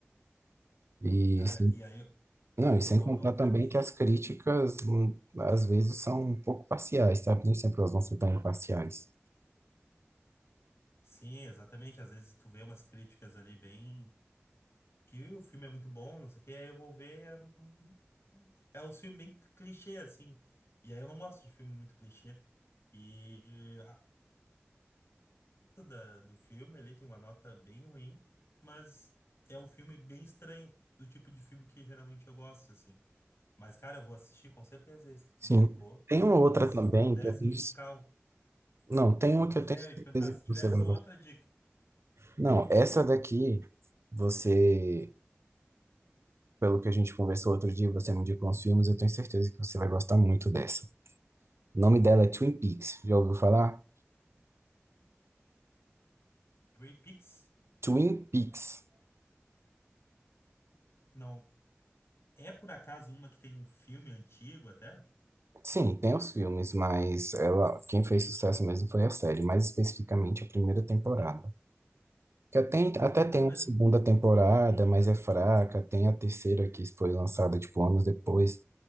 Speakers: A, on the right; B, on the left.
A: E
B: Cara,
A: sim.
B: e aí eu,
A: Não, e
B: eu
A: sem
B: vou
A: contar
B: anotar
A: também
B: aqui.
A: que as críticas hum, às vezes são um pouco parciais, sabe? Nem sempre elas vão ser tão imparciais.
B: Sim, exatamente, às vezes tu vê umas críticas ali bem que o filme é muito bom, não sei o que, aí eu vou ver hum, é o filme bem clichê assim. E aí eu não gosto de filme muito clichê. E da, do filme ali, tem uma nota bem ruim, mas é um filme bem estranho, do tipo de filme que geralmente eu gosto, assim. Mas, cara, eu vou assistir com certeza é esse que tu
A: Sim.
B: me indicou.
A: Tem uma outra
B: Mas se
A: também
B: tu pudesse
A: que eu tenho.
B: me indicar um.
A: Não, tem uma que
B: Pois
A: eu tenho
B: é,
A: certeza
B: eu ia te perguntar, se
A: que
B: tivesse
A: você vai
B: outra dica,
A: Não, essa daqui, você, pelo que a gente conversou outro dia, você me indicou uns filmes, eu tenho certeza que você vai gostar muito dessa. O nome dela é Twin Peaks, já ouviu falar?
B: Three Peaks,
A: Twin Peaks.
B: não. É por acaso uma que tem um filme antigo até?
A: Sim, tem os filmes, mas ela, quem fez sucesso mesmo foi a série, mais especificamente a primeira temporada. Que até, até tem
B: Tá,
A: uma
B: mas
A: segunda
B: me-
A: temporada, mas é fraca, tem a terceira que foi lançada, tipo, anos depois,